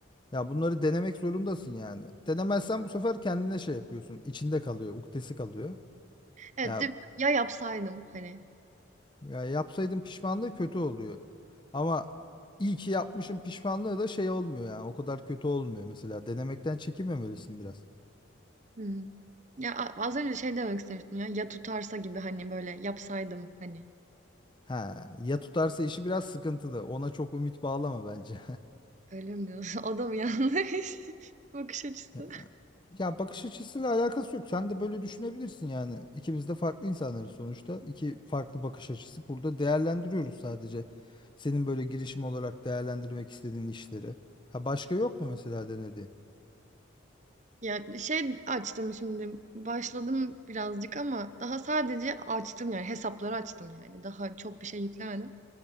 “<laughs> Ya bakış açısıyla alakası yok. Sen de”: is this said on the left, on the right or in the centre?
Left